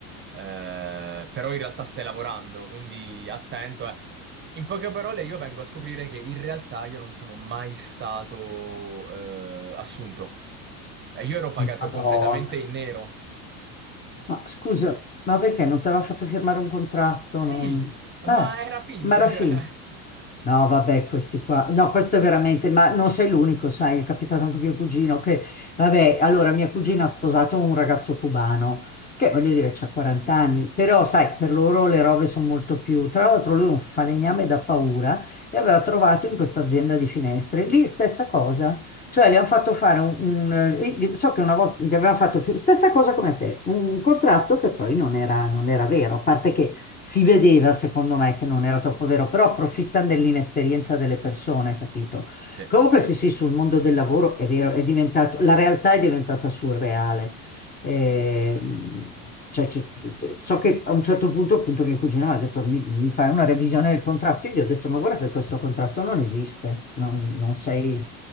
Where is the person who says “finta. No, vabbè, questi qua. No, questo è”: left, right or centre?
Left